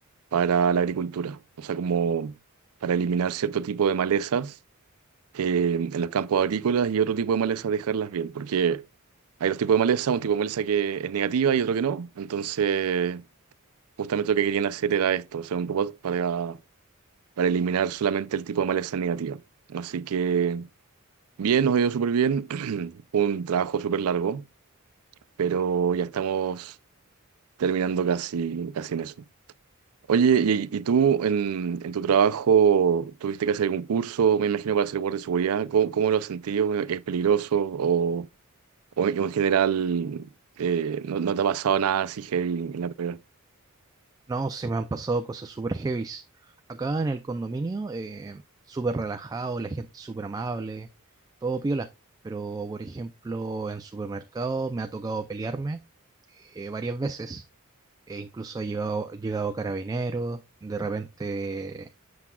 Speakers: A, on the right; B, on the right.
A: para la agricultura, o sea, como para eliminar cierto tipo de malezas eh, en los campos agrícolas y otro tipo de malezas dejarlas bien, porque hay dos tipos de maleza, un tipo de maleza que es negativa y otro que no. Entonces, justamente lo que querían hacer era esto, o sea, un robot para para eliminar solamente el tipo de maleza negativa. Así que bien, nos ha ido súper bien, <clears throat> un trabajo súper largo, pero ya estamos terminando casi, casi en eso. Oye, ¿y, y tú en, en tu trabajo tuviste que hacer algún curso, me imagino, para ser guardia de seguridad? ¿Cómo, cómo lo has sentido? ¿Es peligroso? ¿O, o en general eh, no, no te ha pasado nada así heavy en la pega?
B: No, se me han pasado cosas súper heavies. Acá en el condominio, eh, súper relajado, la gente súper amable, todo piola. Pero, por ejemplo, en supermercado me ha tocado pelearme eh, varias veces. e incluso ha llegado, llegado carabinero, de repente